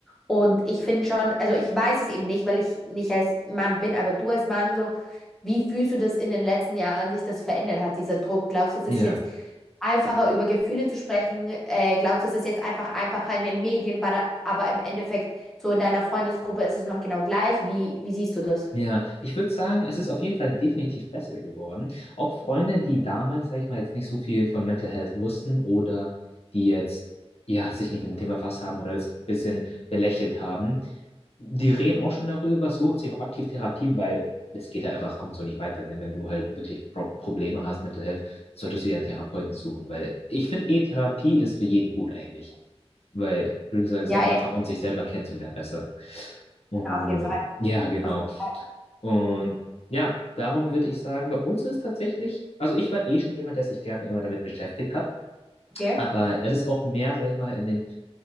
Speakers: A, in the centre; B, on the left.
A: Und ich finde schon, also ich weiß es eben nicht, weil ich nicht als Mann bin, aber du als Mann, so, wie fühlst du das in den letzten Jahren sich das verändert hat, dieser Druck? Glaubst du, es
B: ja.
A: ist jetzt einfacher über Gefühle zu sprechen. Äh, glaubst du, es ist jetzt einfach einfacher in den Medien, aber aber im Endeffekt so in deiner Freundesgruppe ist es noch genau gleich. Wie, wie siehst du das?
B: Ja, ich würde sagen, es ist auf jeden Fall definitiv besser geworden. Auch Freunde, die damals, sag ich mal, jetzt nicht so viel von Mental Health wussten oder die jetzt, ja, sich nicht mit dem Thema befasst haben oder das ein bisschen belächelt haben, die reden auch schon darüber, suchen sich auch aktiv Therapie, weil es geht ja einfach ab und zu nicht weiter. Ne? Wenn du halt wirklich Pro Probleme hast, Mental Health, solltest du dir einen Therapeuten suchen, weil ich finde, E-Therapie ist für jeden gut eigentlich. Weil, wie gesagt, es
A: Ja,
B: ist ja nur
A: eh,
B: einfach, um sich selber kennenzulernen, besser. Und
A: ja, auf jeden Fall.
B: ja, genau.
A: Auf jeden Fall.
B: Und ja, darum würde ich sagen, bei uns ist tatsächlich, also ich war eh schon jemand, der sich gerne immer damit beschäftigt hat,
A: Okay.
B: aber es ist auch mehr, sag ich mal, in den